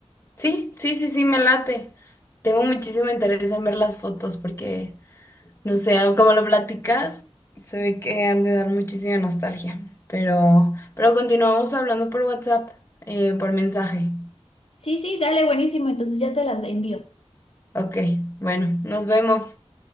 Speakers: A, on the left (about 25°); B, on the left (about 65°).
A: Sí, sí, sí, sí, me late. Tengo muchísimo interés en ver las fotos porque, no sé, como lo platicas, se ve que han de dar muchísima nostalgia. Pero, pero continuamos hablando por WhatsApp, eh, por mensaje.
B: Sí, sí, dale, buenísimo. Entonces ya te las envío.
A: Ok, bueno, nos vemos.